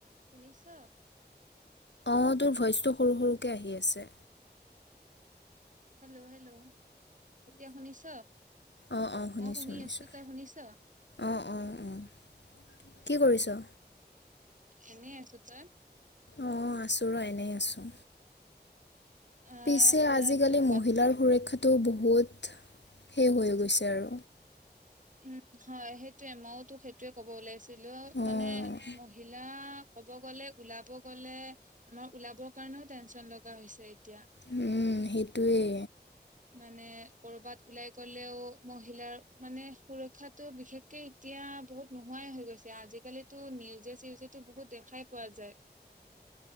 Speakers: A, on the right (about 45°); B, on the left (about 90°).
A: শুনিছ'?
B: মোৰ দৰে ভইচটো সৰু, সৰুকৈ আহি আছে।
A: হেল্ল' হেল্ল' এতিয়া শুনিছ'?
B: অ', অ', শুনিচো,
A: মই শুনি
B: শুনিচো
A: আছো তই শুনিছ?
B: অ', অ', অ'। কি কৰিছ'?
A: এনেই আছো, তই?
B: অ' আছো ৰ' এনেই আছো।
A: আহ
B: পিছে আজিকালি
A: তোক ক
B: মহিলাৰ সুৰক্ষাত টো বহুত শেষ হৈ গৈছে আৰু।
A: উম, হয় সেইটোয়ে, মইওতো সেইটোয়ে ক'ব ওলাইছিলো মানে
B: অঁ
A: মহিলা ক'ব গ'লে ওলাব গ'লে আমাৰ ওলাব কাৰণেও টেনচন লগা হৈছে এতিয়া।
B: উম, সেইটোৱে।
A: মানে কৰ'বাত ওলাই গ'লেও মহিলাৰ মানে সুৰক্ষাটো বিশেষকে এতিয়া বহুত নোহোৱাই হৈ গৈছে আজিকালিতো নিউজে চিউজে বহুত দেখাই পোৱা যায়।